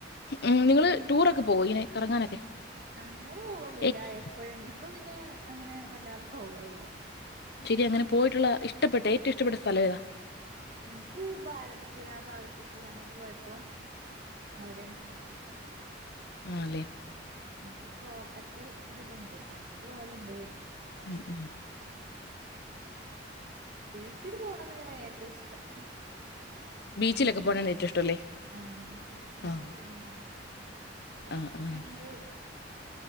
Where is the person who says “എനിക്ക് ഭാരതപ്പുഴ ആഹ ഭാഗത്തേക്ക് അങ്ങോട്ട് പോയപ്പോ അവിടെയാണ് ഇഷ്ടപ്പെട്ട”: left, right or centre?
Right